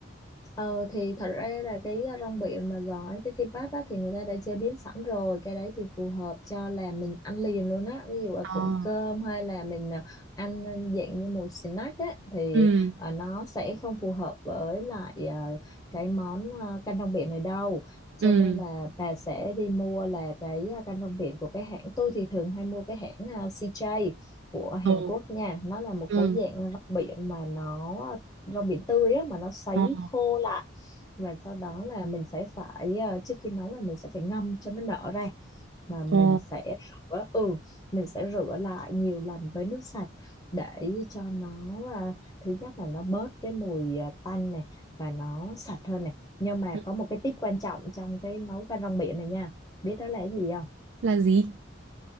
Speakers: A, on the left; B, on the right.
A: Ờ thì thật ra là cái uh, rong biển mà gói cái kimbap á, thì người ta đã chế biến sẵn rồi cái đấy thì phù hợp cho là mình ăn liền luôn á ví dụ là
B: À.
A: cuộn cơm hay là mình uh, ăn dạng như một snack á thì
B: Ừ,
A: uh, nó sẽ không phù hợp với lại uh, cái món uh, canh rong biển này đâu cho
B: ừ,
A: nên là bà sẽ đi mua là cái uh, canh rong biển của cái hãng tôi thì thường hay mua cái hãng uh, CJ của
B: ừ,
A: Hàn Quốc nha nó là một
B: ừ,
A: cái dạng rong biển mà nó rau biển tươi á mà nó sấy
B: ờ,
A: khô lại và sau đó là mình sẽ phải ờ, trước khi nấu là mình sẽ phải ngâm cho nó nở ra mà mình
B: ờ.
A: sẽ rửa ừ mình sẽ rửa lại nhiều lần với nước sạch để cho nó à, thứ nhất là nó bớt cái mùi à, tanh này và nó sạch hơn này nhưng mà
B: ừ.
A: có một cái tip quan trọng trong cái nấu canh rong biển này nha biết đó là cái gì không
B: Là gì?